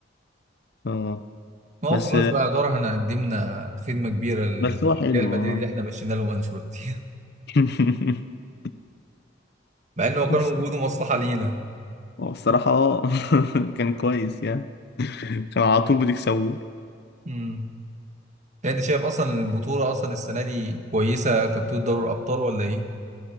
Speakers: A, on the left; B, on the right.
A: اه
B: ما هو
A: بس
B: خلاص بقى يعتبر احنا قدمنا خدمة كبيرة لريال
A: بس هو حلو
B: مدريد
A: اه
B: اللي احنا مشينا له انشيلوتي <laughs>
A: <laughs>
B: مع انه كان
A: بس
B: وجوده مصلحة لينا
A: هو الصراحة اه <laughs> كان كويس يعني كان على طول بتكسبوه
B: امم انت شايف اصلا البطولة اصلا السنة دي كويسة كبطولة دوري الابطال ولا ايه؟